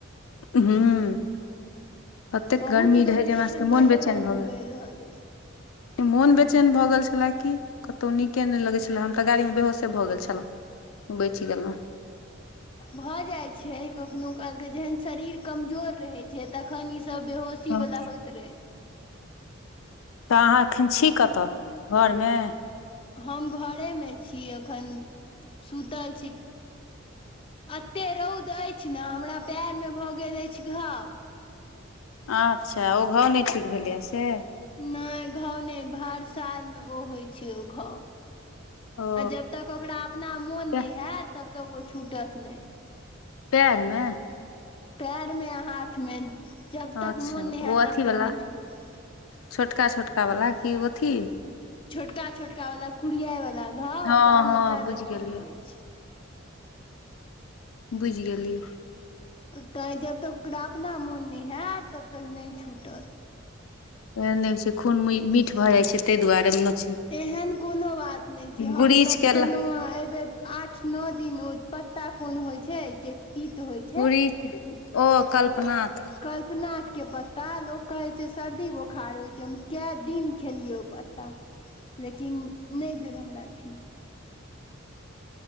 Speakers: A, on the left; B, on the left.
A: हम्म ततेक
B: बहुत
A: गर्मी रहै जे
B: एखन
A: हमरा सभके
B: बड्ड
A: मोन बेचैन
B: गर्मी
A: भऽ गेल।
B: पड़ि रहल अछि
A: मोन बेचैन भऽ गेल छलै कि कतहु नीके नहि लगै छलै हम तऽ गाड़ीमे बेहोशे भऽ गेल छलहुँ बचि गेलहुँ।
B: भऽ जाइत छै कखनो कालके जहन शरीर कमजोर रहैत छै तखन ईसभ बेहोश सी
A: हँ
B: वला होइत रहै
A: तऽ अहाँ एखन छी कतऽ घरमे
B: हम घरेमे छी एखन सुतल छी। एते रौद अछि ने हमरा पैर मे भऽ गेल अछि घाव।
A: अच्छा ओ घाव नहि ठीक भेलैए से?
B: नहि घाव नहि भर सालमे ओ होइ छै ओ घाव।
A: ओ
B: आ जब तक ओकरा अपना मोन
A: तै
B: नय हाएत तबतक ओ छूटत नय।
A: पेएर मे
B: पैएरमे हाथमे जबतक
A: अच्छा
B: मोन नै
A: ओ
B: हयत
A: अथी
B: तबतक
A: वाला
B: नहि छोट
A: छोटका छोटका वला कि ओ अथी
B: छोटका छोटका वाला कुड़ियाय वाला घाव
A: हँ
B: बाद
A: हँ
B: मे दर्द
A: बुझि गेलियै
B: करऽ लगै छै। आ
A: बुझि गेलियै
B: <unintelligible> तऽ तैँ जब तक ओकरा अपना मोन नै हाएत तब तक नय छूटत।
A: एहन नै होय छै खून मीठ भऽ जाइ छै तै दुआरे न
B: एहन कोनो बात नै छै हम
A: गुरीच
B: तऽ
A: के
B: खेलौ
A: ल-
B: हें एबेर आठ नओ दिन ओ पत्ता कोन होई छै जे तीत होय
A: पुरी ओ कल्पनाथ
B: कल्पनाथ के पत्ता लोक कहैत छै सर्दी बोखार होइ छै हम कए दिन खेलियै ओ पत्ता लेकिन नै भेल हमरा ठीक